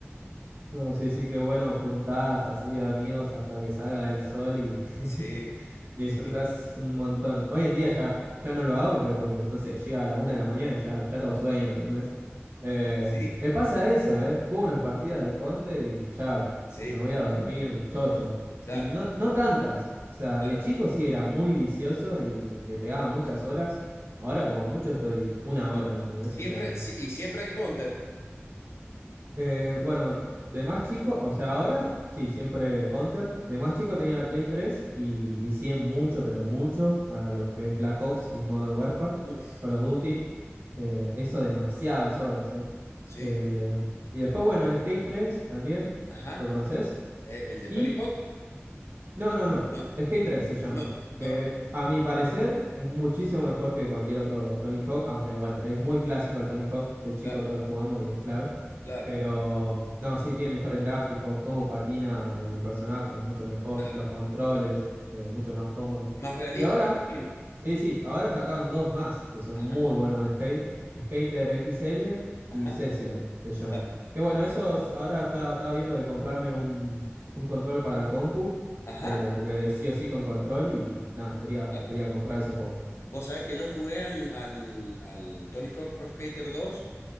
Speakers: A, on the right (about 50°); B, on the left (about 70°).
A: No, sí, sí, qué bueno, juntás así de amigos hasta que salga el sol y... <laughs>
B: Sí,
A: disfrutás
B: sí,
A: un montón. Hoy en día ya, ya no lo hago, pero porque, no sé, llega a la una de la mañana y ya, ya tengo sueño, ¿entendés? Eh,
B: y sí,
A: me pasa eso, ¿eh? Juego unas partidas de Conte y chao,
B: sí,
A: me voy a dormir chocho.
B: claro,
A: Y no, no tantas. O sea,
B: claro.
A: de chico sí era muy vicioso y le pegaba muchas horas. Ahora como mucho estoy una hora, ¿entendés?
B: Siempre,
A: Y ya,
B: sí, y siempre el counter.
A: eh, bueno, de más chico, o sea, ahora sí, siempre Counter. De más chico tenía la Play 3 y vicié mucho, pero mucho a lo que es Black Ops y Modern Warfare,
B: Uf,
A: Call of Duty. eh, eso demasiadas horas, ¿eh?
B: sí.
A: Eh, Y después, bueno, el Skate tres también,
B: Ajá.
A: ¿lo conoces?
B: ¿El, el de
A: Y
B: Tony Hawk?
A: no, no, no.
B: No.
A: Skate tres se llama.
B: No, no
A: Que
B: lo conozco.
A: a mi parecer es muchísimo mejor que cualquier otro Tony Hawk, aunque bueno, es muy clásico el Tony Hawk. De chico
B: Claro,
A: todos lo jugamos y es clave.
B: claro,
A: Pero mm, no, sí, tiene mejores gráficos, cómo patina el personaje es mucho mejor,
B: claro.
A: los controles, eh, mucho más cómodo.
B: Más realista,
A: Y ahora,
B: me imagino.
A: sí, sí, ahora sacaron dos más que son
B: Ajá,
A: muy buenos de skate: Skater XL
B: ajá,
A: y Session se llaman.
B: claro.
A: Que bueno, esos ahora estaba, estaba viendo de comprarme un, un control para la compu
B: Ajá,
A: eh, porque sí o sí con control y nada, quería,
B: claro.
A: quería comprar esos juegos.
B: Vos sabés que yo jugué al, al, al Tony Hawk Pro Skater 2